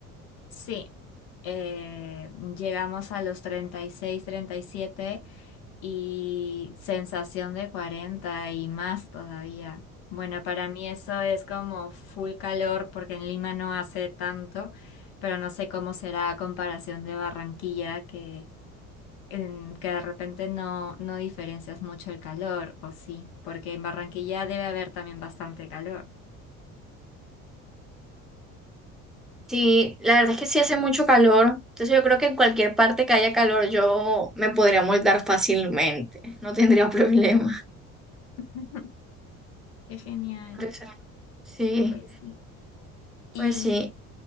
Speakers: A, on the left; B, in the centre.
A: Sí, eh, llegamos a los treinta treinta y seis treinta y siete y sensación de 40 y más todavía. Bueno, para mí eso es como full calor porque en Lima no hace tanto, pero no sé cómo será a comparación de Barranquilla que, en- que de repente no, no diferencias mucho el calor, o sí, porque en Barranquilla debe haber también bastante calor.
B: Sí, la verdad es que sí hace mucho calor, entonces yo creo que en cualquier parte que haya calor yo me podría moldar fácilmente, <laughs> no tendría problema.
A: <laughs> Qué genial,
B: Por eso, Sí,
A: pues sí.
B: pues sí,